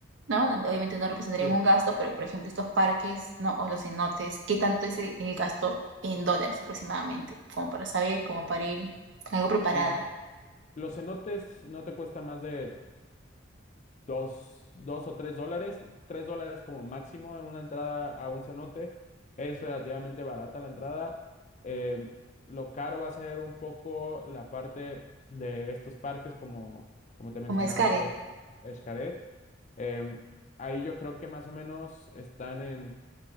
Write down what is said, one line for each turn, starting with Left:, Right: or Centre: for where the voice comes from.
Right: ¿no? Donde obviamente no representarían
Left: Sí,
Right: un gasto, pero por ejemplo, estos parques, ¿no? O los cenotes, ¿qué tanto es el, el gasto en dólares aproximadamente? Como para saber, como para ir algo preparada.
Left: mira, los cenotes no te cuesta más de dos, dos o tres dólares, tres dólares como máximo en una entrada a un cenote. Es relativamente barata la entrada. Eh, lo caro va a ser un poco la parte de estos parques, como, como te mencionaba
Right: Como es Karen.
Left: aquí, es Xcaret. Eh, ahí yo creo que más o menos están en